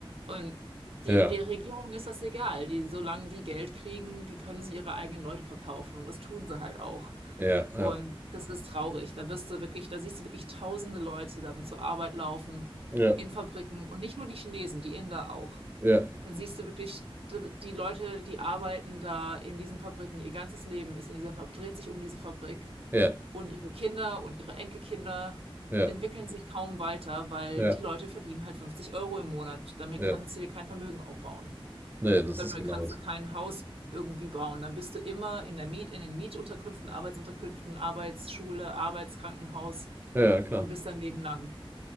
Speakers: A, on the right; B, on the right.
A: Und die,
B: Ja,
A: der Regierung ist das egal. Die, solange die Geld kriegen, die können sie ihre eigenen Leute verkaufen. Und das tun sie halt auch.
B: ja,
A: Und
B: ja,
A: das ist traurig. Da wirst du wirklich, da siehst du wirklich tausende Leute dann zur Arbeit laufen
B: ja,
A: in Fabriken und nicht nur die Chinesen, die Inder auch.
B: ja,
A: Dann siehst du wirklich d- die Leute, die arbeiten da in diesen Fabriken. Ihr ganzes Leben ist in dieser Fabrik, dreht sich um diese Fabrik
B: ja,
A: und ihre Kinder und ihre Enkelkinder
B: ja,
A: entwickeln sich kaum weiter, weil
B: ja,
A: die Leute verdienen halt 50 Euro im Monat. Damit
B: ja.
A: kannst du dir kein Vermögen aufbauen.
B: Ne, das
A: Damit
B: ist genau
A: kannst
B: das.
A: du kein Haus irgendwie bauen. Dann bist du immer in der Miet, in den Mietunterkünften, Arbeitsunterkünften, Arbeitsschule, Arbeitskrankenhaus
B: Ja, ja, klar.
A: und bist dein Leben lang.